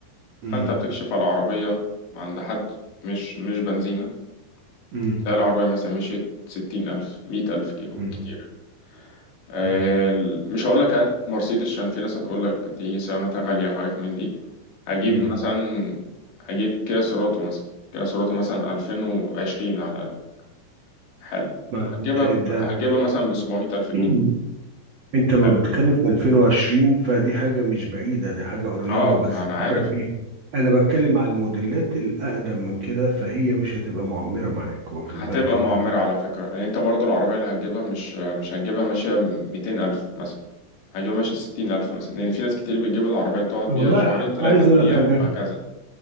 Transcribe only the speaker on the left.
فأنت بتكشف على العربية عند حد مش مش بنزينة
تلاقي العربية مثلا مشيت ستين ألف مية ألف كيلو كتير
آه،
ال- مش هقول لك هات مرسيدس عشان في ناس هتقول لك دي صيانتها غالية وحاجات من دي هجيب
مثلا هجيب كيا سيراتو مثلا كيا سيراتو مثلا ألفين وعشرين على الأقل حلو
هتجيبها
ب...
هتجيبها مثلا بسبعمية ألف جنيه
حلو
اه ما
أنا عارف
هتبقى
معمرة على فكرة يعني أنت برضو العربية اللي هتجيبها مش مش هتجيبها ماشية ميتين ألف مثلا هجيبها ماشية ستين ألف مثلا لأن في ناس كتير بتجيب العربية تقعد
بيها شهرين تلاتة
تبيع
وهكذا